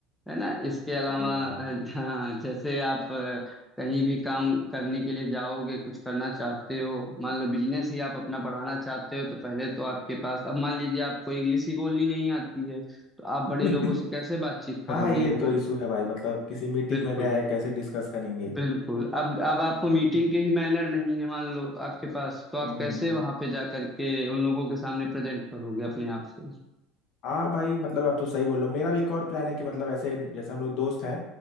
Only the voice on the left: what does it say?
हाँ भाई हाँ
<laughs>
हाँ ये
तो इशू है भाई मतलब किसी मीटिंग
में गए कैसे डिस्कस करेंगे
हम्म
हम्म।
हाँ भाई मतलब आप तो सही बोल रहे हो मेरा भी एक और प्लान है कि मतलब ऐसे जैसे हम लोग दोस्त हैं